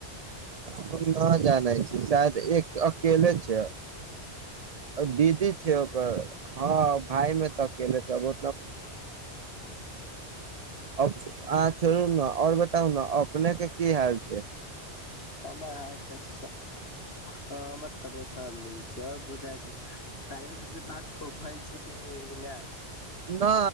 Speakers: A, on the right; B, on the left.
A: हम न जानै छी शायद एक अकेले छैय दीदी छैय ओकर हँ भाय मे तऽ अकेले छैऽ <unintelligible> अहाँ छोड़ू नऽ आओर बताउ नऽ अपने के की हाल छैय
B: प <unintelligible> हँ तबस छै आओर बुझ छै सब बात <unintelligible> फल छैय <unintelligible> कि नहि
A: ना